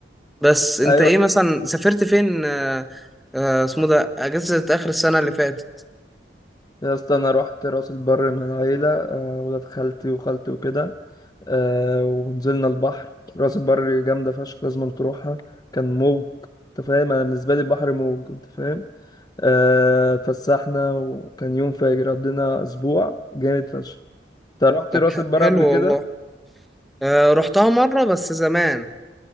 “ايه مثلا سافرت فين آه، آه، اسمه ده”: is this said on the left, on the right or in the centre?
Centre